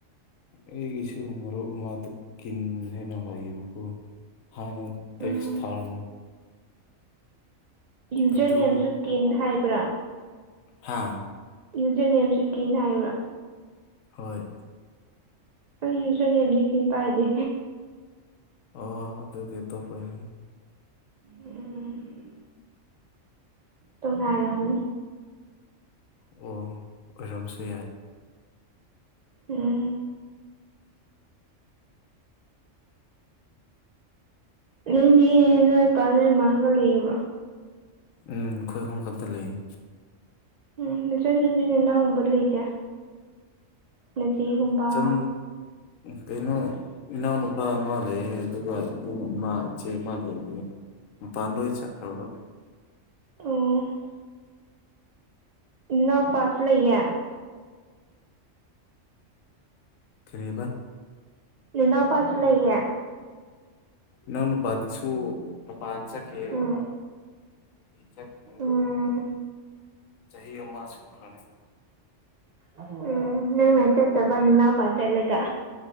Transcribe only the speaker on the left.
ꯑꯩꯒꯤꯁꯨ ꯃꯔꯨꯞ ꯑꯃꯥꯗꯨ ꯀꯟ ꯍꯥꯏꯅ ꯍꯥꯏꯕꯀꯣ ꯍꯅ ꯇꯦꯛꯁ
ꯊꯥꯔ
ꯑꯗꯨ
ꯍꯥꯥ
ꯍꯣꯏ
ꯑꯣ ꯑꯗꯨꯗꯤ ꯑꯇꯣꯄ <unintelligible>
ꯑꯣ ꯑꯣꯏꯔꯝꯁꯨ ꯌꯥꯏ
ꯎꯝ ꯑꯩꯈꯣꯏ ꯑꯍꯨꯝ ꯈꯛꯇ ꯂꯩꯌꯦ
ꯆꯟ ꯀꯩꯅꯣ ꯏꯅꯥꯎ ꯅꯨꯨꯄꯥ ꯃꯥ ꯂꯩꯌꯦ ꯑꯗꯨꯒ ꯏꯕꯨꯡ ꯑꯃ ꯏꯆꯦ ꯃꯥ ꯂꯩ ꯑꯗꯨꯅꯦ ꯃꯄꯥꯟꯗ ꯑꯣꯏ ꯆꯠꯈ꯭ꯔꯕ
ꯀꯔꯤꯕꯥ
ꯏꯅꯥꯎꯅꯨꯄꯥꯗꯨꯁꯨꯨ ꯃꯄꯥꯜ ꯆꯠꯈꯤꯌꯦ
ꯆꯠ꯭ꯔ
ꯆꯍꯤ ꯑꯃ ꯁꯨꯈ꯭ꯔꯅꯤ